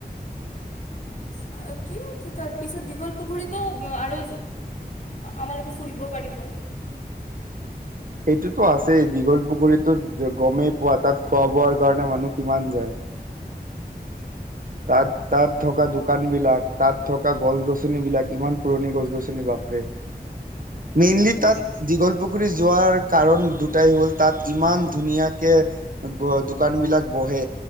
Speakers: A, on the left; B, on the right.
A: উ <unintelligible> কি তাৰপিছত দীঘল পুখুৰীতো আৰু আমালোকে ফুৰিব পাৰিব।
B: সেইটোতো আছেই দীঘল পুখুৰীতো গমেই পোৱা তাত খোৱা বোৱাৰ কাৰণে মানুহ কিমান যায়। তাত তাত থকা দোকান বিলাক, তাত থকা গছ গছনিবিলাক, ইমান পুৰণি গছ গছনি বাপৰে।
A: <unintelligible>
B: মেইনলি
A: তুমি
B: তাত
A: কি
B: দীঘল পুখুৰী যোৱাৰ কাৰণ দু টাই হ'ল তাত ইমান ধুনীয়াকে দোকান বিলাক বহে।